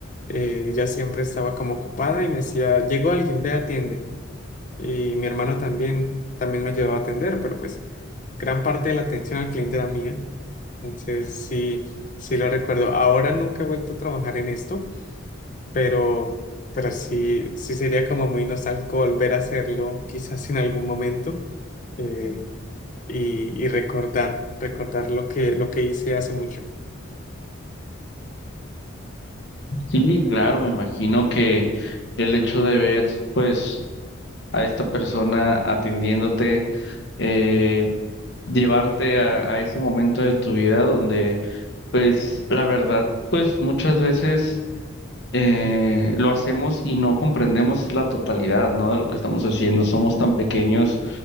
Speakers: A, on the left (about 40°); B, on the left (about 55°).
A: eh, ella siempre estaba como ocupada y me decía, llegó alguien, ve, atiende. Y mi hermano también, también me ayudaba a atender, pero pues gran parte de la atención al cliente era mía. Entonces sí, sí lo recuerdo. Ahora nunca he vuelto a trabajar en esto, pero, pero sí, sí sería como muy nostálgico volver a hacerlo quizás en algún momento eh, y, y recordar, recordar lo que, lo que hice hace mucho.
B: Sí, claro, me imagino que el hecho de ver, pues, a esta persona atendiéndote, eh, llevarte a, a ese momento de tu vida donde, pues, la verdad, pues, muchas veces eh, lo hacemos y no comprendemos la totalidad, ¿no? De lo que estamos haciendo. Somos tan pequeños